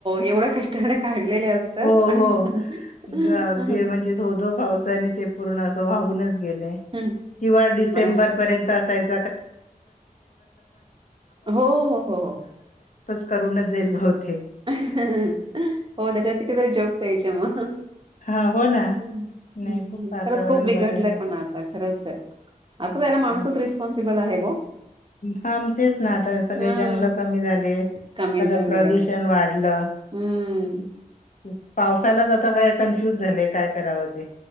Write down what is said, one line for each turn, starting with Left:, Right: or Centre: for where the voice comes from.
Right: एवढ्या कष्टाने काढलेले असतात
Left: हो,
Right: आणि
Left: हो,
Right: हं,
Left: ग म्हणजे--, धो धो पावसाने ते पूर्ण अस वाहूनच गेलेय.
Right: हं
Left: किंवा डिसेंबर
Right: आणि
Left: पर्यंत असायचं. <inaudible>
Right: हो, हो, हो.
Left: करूनच जाईल बहुतेक.
Right: हो त्याच्यावर कितीतरी जोक्स यायचे मग..
Left: हा हो. ना
Right: ह हम्म
Left: नाही खूप वातावरण
Right: खरंच खूप बिघडलंय
Left: बदलले
Right: पण आता खरंच हाय. आता त्याला माणूसच
Left: हा
Right: रिस्पॉन्सिबल आहे बा.
Left: हा मगं तेच ना आता सगळे
Right: हां,
Left: जंगल कमी झाले,,
Right: कमी
Left: सगळं
Right: झालंय.
Left: प्रदूषण वाढले..
Right: हं,
Left: ल,,, पावसालाच आता काय कन्फ्युज झाले काय करावं ते.